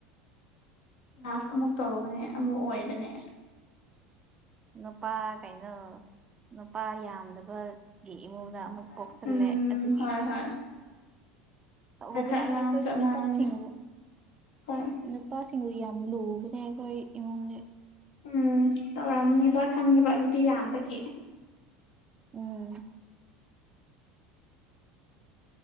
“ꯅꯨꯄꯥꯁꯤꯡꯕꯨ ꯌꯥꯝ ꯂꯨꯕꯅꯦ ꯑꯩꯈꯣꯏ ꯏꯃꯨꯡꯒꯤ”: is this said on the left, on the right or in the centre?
Right